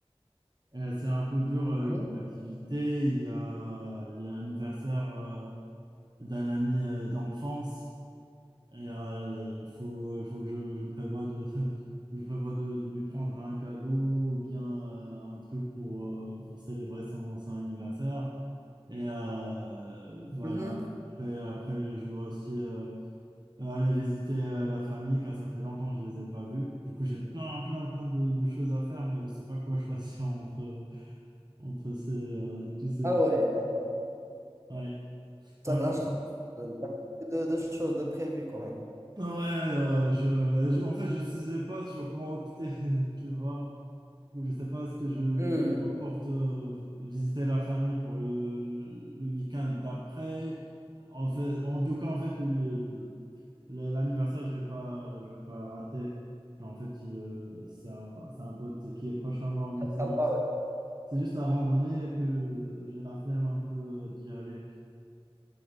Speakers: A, on the right; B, on the right.
A: Et C'est un peu dur euh,
B: Mhm.
A: comme activité. Il y a, il y a l'anniversaire euh, d'un ami euh, d'enfance et euh, il faut, il faut que je, je prévoie de, <laughs> que je prévois de, de lui prendre un cadeau ou bien euh, un truc pour, euh, pour célébrer son, son anniversaire. Et euh, voilà,
B: Mhm.
A: après, après, je dois aussi... euh, Euh, aller visiter euh, la famille, car ça fait longtemps que je les ai pas vus. Du coup, j'ai plein, plein, plein de, de choses à faire, mais je sais pas quoi <laughs> choisir entre, entre ces, euh, tous ces...
B: Ah ouais. t'as
A: Ouais, c'est
B: t'as
A: un
B: de
A: peu...
B: la chance.
A: compliqué.
B: euh, T'as peu de, de choses de prévues quand même.
A: Ouais, euh, je, je- en fait, je ne sais pas sur quoi opter, <laughs> tu vois. Je ne sais pas ce que je
B: Hmm.
A: reporte euh, visiter la famille pour le, le week-end d'après. En fait, en tout cas, en fait, le, le- l'anniversaire, je vais pas, je vais pas rater. En fait, il, euh, c'est un, c'est un pote qui est proche à moi, mais c'est
B: Ah, bah
A: juste,
B: ouais.
A: c'est juste la randonnée que j'ai la flemme un peu euh, d'y aller.